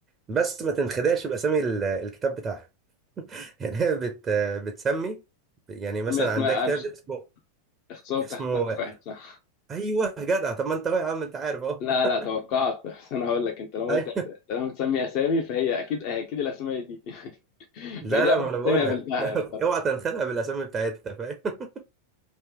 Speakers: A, on the right (about 20°); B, on the left (about 40°).
A: بس ما تنخدعش باسامي ال- الكتاب بتاعها <laughs> يعني هي بت بتسمي يعني مثلا
B: اسماء اسماء
A: عندها كتاب
B: عارف
A: اسمه
B: اختصار
A: اسمه
B: تحت سقف واحد صح
A: ايوه جدع طب ما انت اهو يا عم انت عارف اهو
B: لا
A: <laughs>
B: لا توقعت <laughs> بس انا هقول لك انت لما
A: أيوة.
B: قلت لما بتسمي اسامي فهي اكيد اكيد الاسامي دي <laughs>
A: لا
B: ما هي دي
A: لا
B: اول
A: ما انا
B: اسامي
A: بقول
B: قابلتها
A: لك <laughs>
B: بصراحه
A: اوعى تنخدع بالاسامي بتاعتها فاهم <laughs>